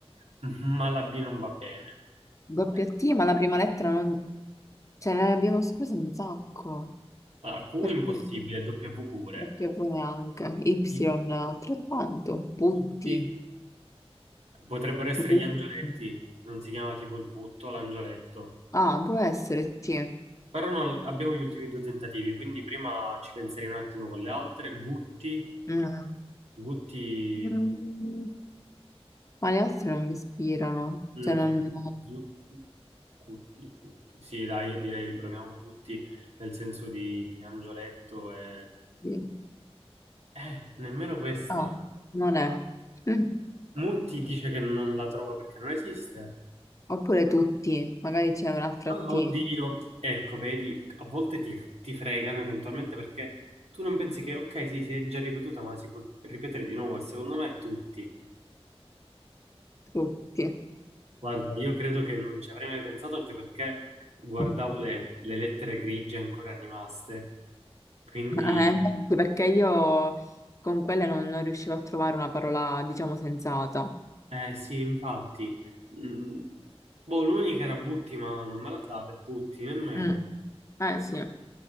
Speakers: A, on the right; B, on the left.
A: <laughs> ma la B non va bene.
B: Doppia
A: Eh,
B: T, ma la prima lettera non... Ce ne abbiamo escluse un sacco,
A: Allora, Q
B: perché
A: impossibile, W pure.
B: doppia V neanche, Y
A: Y,
B: altrettanto, putti.
A: butti. Potrebbero essere
B: Putti.
A: gli angioletti. Non si chiama tipo il putto, l'angioletto.
B: Ah, può essere, sì.
A: Però non- abbiamo gli ultimi due tentativi, quindi prima ci penserei un attimo con le altre. Gutti,
B: Mm.
A: Gutti,
B: Mm, Ma le altre non mi ispirano,
A: mm,
B: cioè non...
A: Zutti, Gutti, Gutti. Sì, dai, io direi proviamo Gutti nel senso di Angioletto e...
B: sì.
A: Eh, nemmeno questa.
B: Ah, non è. Mm.
A: Mutti dice che non la trova perché non esiste.
B: Oppure tutti, magari c'è un'altra
A: Ah,
B: T,
A: oddio. Ecco, vedi, a volte ti, ti fregano eventualmente perché tu non pensi che, ok, sì, si è già ripetuta, ma si può ripetere di nuovo, e secondo me tutti.
B: tutti.
A: Guarda, io credo che non ci avrei mai pensato anche perché guardavo
B: <laughs>
A: le, le lettere grigie ancora rimaste. Quindi,
B: Eh, infatti, perché io con quelle non, non riuscivo a trovare una parola, diciamo, sensata.
A: eh sì, infatti. Mm, boh, l'unica era Butti, ma non me l'ha data, e Putti nemmeno.
B: Mm. Eh sì,